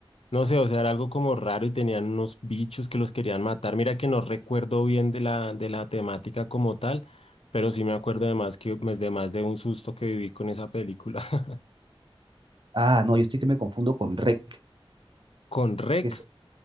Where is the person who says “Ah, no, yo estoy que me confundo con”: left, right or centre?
Right